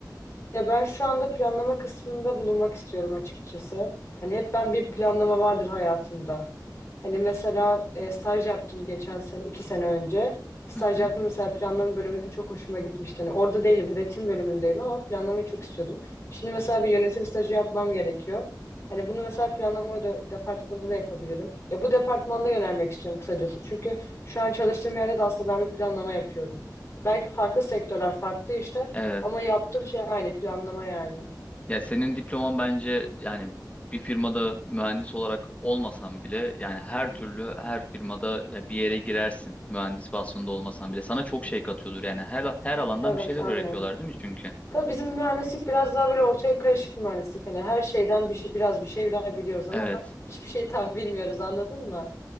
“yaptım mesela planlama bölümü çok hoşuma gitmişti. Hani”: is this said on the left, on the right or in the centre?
Left